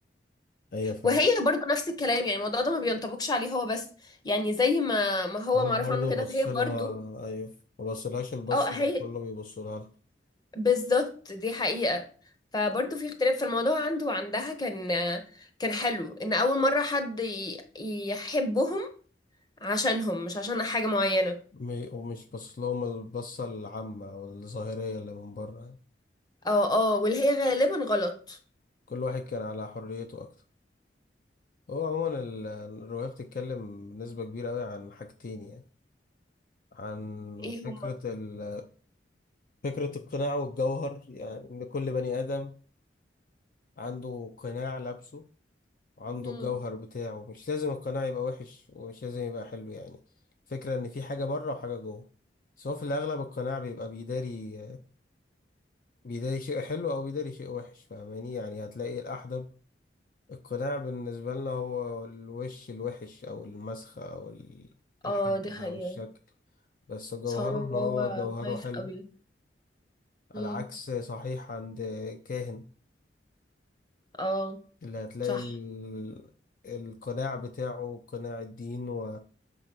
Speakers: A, on the left; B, on the left.
A: ايوه فاهم
B: وهي برضه نفس الكلام يعني الموضوع ده ما بينطبقش عليه هو بس يعني زي ما ما هو
A: هو
B: معروف
A: برضه
B: عنه كده
A: بص
B: فهي
A: لها
B: برضه
A: ايوه ما بصلهاش البص
B: اه هي
A: اللي كله بيبص لها
B: بالظبط دي حقيقة فبرضه في اختلاف في الموضوع عنده وعندها كان كان حلو ان اول مرة حد ي- يحبهم عشانهم مش عشان حاجة معينة
A: م- ومش بص لهم البصة العامة او الظاهرية اللي من بره يعني.
B: اه اه واللي هي غالبا غلط
A: كل واحد كان على حريته اكتر هو عموما ال- الرواية بتتكلم بنسبة كبيرة قوي عن حاجتين يعني عن
B: ايه
A: فكرة
B: هما
A: ال... فكرة القناع والجوهر يعني إن كل بني آدم عنده قناع لابسه وعنده
B: مم.
A: الجوهر بتاعه مش لازم القناع يبقى وحش ومش لازم يبقى حلو يعني الفكرة ان في حاجة بره وحاجة جوه بس هو في الاغلب القناع بيبقى بيداري بيداري شيء حلو او بيداري شيء وحش فاهماني يعني هتلاقي الاحدب القناع بالنسبة لنا هو الوش الوحش او المسخة او ال- الحجم
B: اه دي حقيقة
A: او الشكل بس جوهره
B: بس هو من جوه
A: ان هو جوهره
B: خايف
A: حلو
B: قوي
A: على
B: مم.
A: عكس صحيح عند كاهن
B: اه
A: اللي هتلاقي
B: صح
A: ال... القناع بتاعه قناع الدين و...